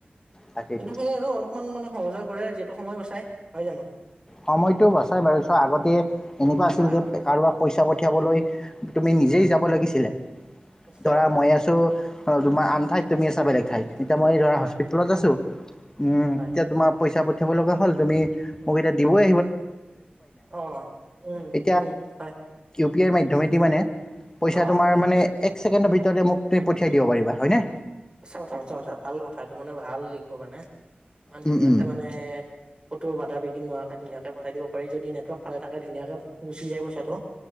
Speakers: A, on the left (about 20°); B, on the right (about 30°).
A: তাকেইতো
B: কিন্তু সেই আৰু অলপমান মানে সহজ হৈ কৰে যিহেতু সময় বচাই হয় জানো?
A: সময়তটো বচাই বাৰছ আগতে এনেকুৱা আছিল
B: হয়
A: যে কাৰোবাক পইচা পঠিয়াবলৈ। তুমি
B: হয়
A: নিজেই
B: হয়
A: যাব লাগিছিলে
B: নিশ্চয়
A: ধৰা মই আছো তোমাৰ আনঠাইত। তুমি আছা বেলেগ ঠাইত এতিয়া মই
B: হয়
A: ধৰা
B: হয়
A: হস্পিতলত আছো উম
B: হয়
A: তেতিয়া তোমাৰ পইচাা। পঠিয়াব লগা হ'ল তুমি।
B: হয়।
A: ব
B: অ উম
A: এ।
B: উম হয়
A: পি আইৰ মাধ্যমেদি মানে পইচা
B: অ
A: তোমাৰ
B: হয়
A: মানে
B: হয়
A: এক ছেকেণ্ডৰ ভিতৰতে মোক তুমি পঠিয়াই দিব পাৰিবা হয়নে?
B: সঁচা কথা সঁচা কথা ভাল কথা এইটো মানে ভাল লিখো মানে ইমান
A: উম,
B: ধুনীয়াকে
A: উম,
B: মানে ক'তো বাধা বিঘিনোৱাৰ। ধুনীয়াকে পঠাই দিব পাৰি যদিেটৱৰ্কালে থাকে ধুনীয়াক গুচি যায় পইচাটো।